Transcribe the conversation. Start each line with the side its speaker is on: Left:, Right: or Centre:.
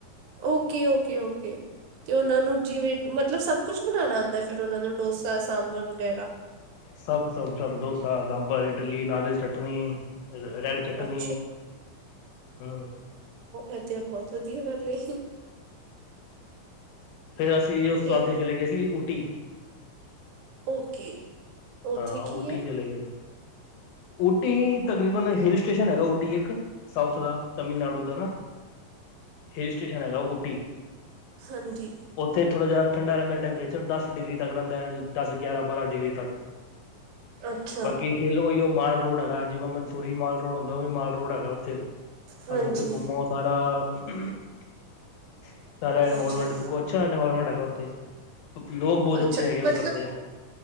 Right: ਓਕੇ, ਓਕੇ, ਓਕੇ। ਤੇ ਓਨਾਂ ਨੂੰ ਜਿਵੇਂ, ਮਤਲਬ ਸਭ ਕੁਛ ਬਨਾਨਾ ਆਂਦੈ, ਫਿਰ ਓਨਾਂ ਨੂੰ ਡੋਸਾ, ਸਾਂਬਰ ਵਗੈਰਾ।
Left: ਸਭ, ਸਭ, ਸਭ-ਡੋਸਾ‌, ਸਾਂਬਰ, ਇਡਲੀ, ਨਾਰੀਅਲ ਚਟਨੀ, ਰੈਡ। ਚਟਨੀ,
Right: ਅੱਛਾ
Left: ਹਾ।
Right: ਐ ਤੇ ਬੋਤ ਵਦੀਆ ਗੱਲ ਏ।
Left: ਫੇਰ ਅਸੀਂ ਉਸ
Right: ਤੇ
Left: ਤੋਂ ਅੱਗੇ ਚਲੇ ਗਏ ਸੀ, ਊਟੀ।
Right: ਓਕੇ। ਉੱਥੇ
Left: ਹਾਂ,
Right: ਕੀ
Left: ਓਟੀ
Right: ਏ
Left: ਚਲੇ ਗਏ, ਊਟੀ ਤਕਰੀਬਨ ਹਿਲ ਸਟੇਸ਼ਨ ਹੈਗਾ, ਊਟੀ ਇੱਕ। ਸਾਊਥ ਦਾ, ਤਾਮਿਲਨਾਡੂ ਦਾ ਨਾ, ਹਿਲ ਸਟੇਸ਼ਨ ਹੈਗਾ ਓਟੀ।
Right: ਹਾਂਜੀ।
Left: ਓਥੇ ਥੋੜ੍ਹਾ ਜੇਆ ਠੰਡਾ ਰੈੰਦੈ, ਟੈਂਪਰੇਚਰ ਦਸ ਡਿਗਰੀ ਤੱਕ ਰੈੰਦੈ, ਦਸ- ਗਿਆਰਾ- ਬਾਰਾਂ ਡਿਗਰੀ ਤੱਕ।
Right: ਅੱਛਾ
Left: ਬਾਕੀ ਹੇਲੋ, ਓਈਓ ਮਾਲ ਰੋਡ ਹੈਗਾ। ਜਿਵੇਂ ਮਨਸੂਰੀ ਮਾਲ ਰੋਡ ਹੁੰਦਾ, ਓ ਵੀ ਮਾਲ ਰੋਡ ਹੈਗਾ ਉੱਥੇ ਵੀ।
Right: ਹਾਂਜੀ
Left: ਅਜ ਉੱਥੇ ਘੁੰਮੋ, ਸਾਰਾ-ਸਾਰਾ ਇਨਵੋਰਮੈਂਟ
Right: ਹਾਂਜੀ
Left: ਦੇਖੋ। ਅੱਛਾ ਇਨਵਾਇਰਮੈਂਟ ਹੈਗਾ ਉੱਥੇ, ਉਪਯੋਗ ਬੋਹਤ
Right: ਅੱਛਾ
Left: ਅੱਛੇ ਹੈਗੇ ਓੱਧਰ
Right: ਮਤਲਬ
Left: ਦੇ।